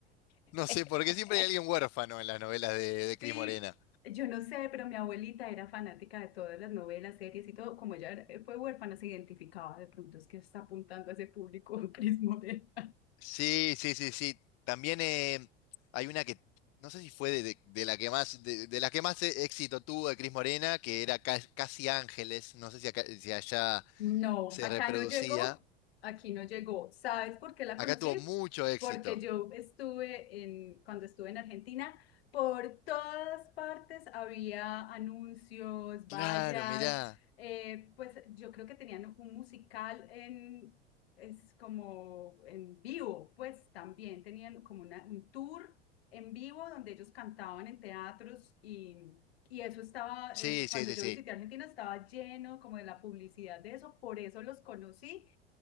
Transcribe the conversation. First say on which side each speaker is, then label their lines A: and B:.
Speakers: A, on the left; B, on the left.
A: No
B: <laughs>
A: sé, por qué siempre hay alguien huérfano en las novelas de, de Cris
B: Sí,
A: Morena.
B: yo no sé, pero mi abuelita era fanática de todas las novelas, series y todo. Como ella era- fue huérfana, se identificaba. De pronto es que está apuntando a ese público, <laughs> Cris Morena.
A: Sí, sí, sí, sí. También eh, hay una que, no sé si fue de, de- de la que más, de, de la que más eh, éxito tuvo de Cris Morena, que era Ca- Casi Ángeles. No sé si, acá- si allá
B: No,
A: se
B: acá
A: reproducía.
B: no llegó, aquí no llegó. ¿Sabes por qué la
A: Acá
B: conocí?
A: tuvo mucho éxito.
B: Porque yo estuve en, cuando estuve en Argentina, por todas partes había anuncios, vallas,
A: Claro, mirá.
B: eh, pues yo creo que tenían un musical en, es como en vivo, pues también tenían como una- un tour en vivo donde ellos cantaban en teatros y... Y eso estaba,
A: Sí,
B: eh, cuando
A: sí, sí,
B: yo
A: sí.
B: visité Argentina, estaba lleno como de la publicidad de eso, por eso los conocí,